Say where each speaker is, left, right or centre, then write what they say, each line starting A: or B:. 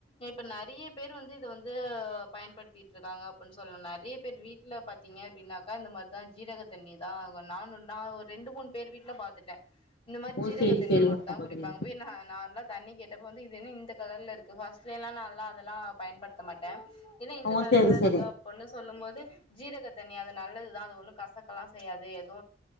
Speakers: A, on the left; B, on the left.
A: இப்ப நறைய பேர் வந் வந்து இத வந்து அ பயன்பட்த்திட்ருக்காங்க அப்பன் சொல்ல நறைய பேர் வீட்ல பாத்தீங்க அப்டின்னா அக்கா இந்த மாரிதா ஜீரக தண்ணி தாங்கு நானு நா ஒரெண்டு மூணு பேர் வீட்ல பாத்துட்டே இந்த மாரி
B: ஓ
A: ஜீரக
B: சேரி
A: தண்ணி
B: சேரிங்க
A: போட்டுதா
B: சகோதரி
A: குடிப்பாங் போய் நா நார்மலா தண்ணி கேட்டப்ப வந்து இதுன்னு இந்த கலர்ல இருக்கு பர்ஸ்ட்லலா நா அதெல்லா அதெல்லா பயன்படுத்த மாட்டே என்ன இந்த
B: ஓ
A: கர்லல்ல
B: சேரி
A: இருக்க
B: சேரி
A: அப் ஒண்ணு சொல்லும் போது ஜீரக தண்ணி அது நல்லதுதா அது ஒண்ணு கசக்கல்லா செய்யாது எது